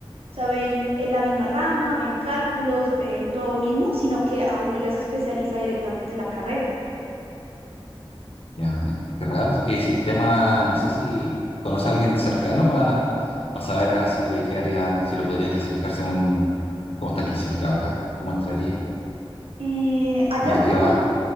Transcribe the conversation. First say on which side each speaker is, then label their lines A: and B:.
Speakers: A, on the right; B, on the left.
A: O sea, ven en la misma rama, ven cálculos, ven todo lo mismo, sino que a uno ya se especializa directamente en la carrera.
B: Ya, ay, qué raro. Y sistema, no sé si conoce a alguien cercano para saber así de qué área, si lo podría clasificar según cómo están clasificados acá, cómo entraría,
A: Eh, allá
B: como de
A: como,
B: qué va.